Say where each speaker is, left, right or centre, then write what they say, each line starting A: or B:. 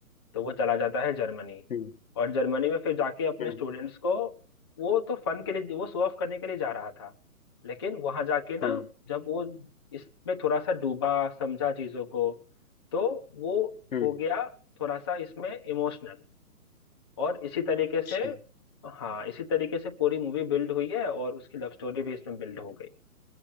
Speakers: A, on the left; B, on the left.
A: तो वो चला जाता है जर्मनी
B: हम्म
A: और जर्मनी में फिर जाके अपने
B: हम्म
A: स्टूडेंट्स को वो तो फन के लिए वो शो ऑफ करने के लिए जा रहा था लेकिन वहां जाके ना
B: हाँ
A: जब वो इसमें थोड़ा सा डूबा समझा चीजों को तो वो
B: हम्म
A: हो गया थोड़ा सा इसमें इमोशनल और इसी तरीके
B: अच्छा
A: से हाँ इसी तरीके से पूरी मूवी बिल्ड हुई है और उसकी लव स्टोरी भी इसमें बिल्ड हो गई